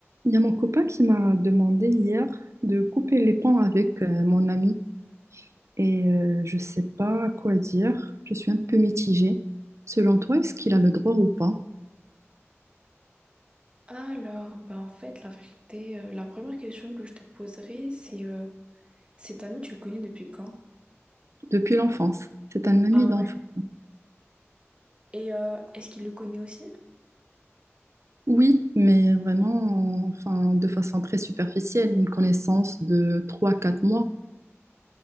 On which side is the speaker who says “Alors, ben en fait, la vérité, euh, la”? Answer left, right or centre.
Right